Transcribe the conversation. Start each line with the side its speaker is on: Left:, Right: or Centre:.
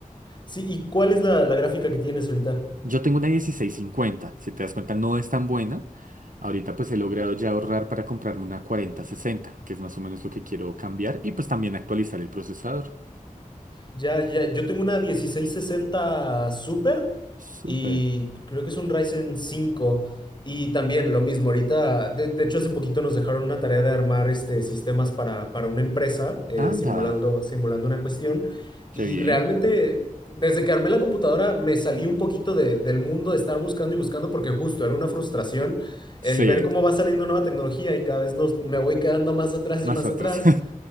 Left: Sí, ¿y cuál es la, la gráfica que tienes ahorita?
Right: Yo tengo una dieciséis cincuenta, si te das cuenta, no es tan buena. Ahorita pues he logrado ya ahorrar para comprarme una cuarenta sesenta, que es más o menos lo que quiero cambiar, y pues también actualizar el procesador.
Left: Ya, ya, yo tengo una dieciséis sesenta Super
Right: Súper.
Left: y creo que es un Ryzen cinco y también lo mismo ahorita, de, de hecho hace poquito nos dejaron una tarea de armar este, sistemas para, para una empresa eh,
Right: Anda.
Left: simulando, simulando una cuestión y
Right: Qué bien.
Left: realmente desde que armé la computadora me salí un poquito de- del mundo de estar buscando y buscando porque justo era una frustración el
Right: Sí,
Left: ver cómo va saliendo nueva tecnología y cada vez nos, me voy quedando más atrás
Right: más
Left: y más
Right: atrás.
Left: atrás.